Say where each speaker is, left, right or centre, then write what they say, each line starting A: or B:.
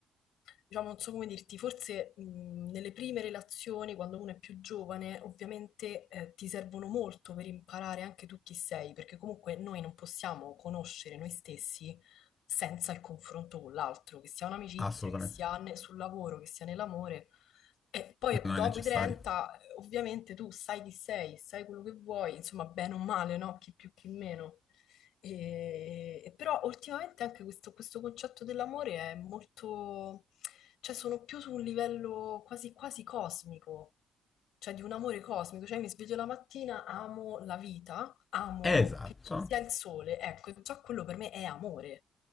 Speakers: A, on the left; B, on the left.
A: diciamo, non so come dirti, forse mh, nelle prime relazioni, quando uno è più giovane, ovviamente eh, ti servono molto per imparare anche tu chi sei, perché comunque noi non possiamo conoscere noi stessi senza il confronto con l'altro, che sia un'amicizia,
B: Assolutamente.
A: che sia ne- sul lavoro, che sia nell'amore. E poi
B: Non
A: dopo
B: è necessario.
A: i 30 ovviamente tu sai chi sei, sai quello che vuoi, insomma, bene o male, no? Chi più, chi meno. E, e però ultimamente anche questo, questo concetto dell'amore è molto, cioè sono più su un livello quasi, quasi cosmico, cioè di un amore cosmico, cioè mi sveglio la mattina, amo la vita, amo
B: Esatto.
A: che ci sia il sole, ecco, già quello per me è amore.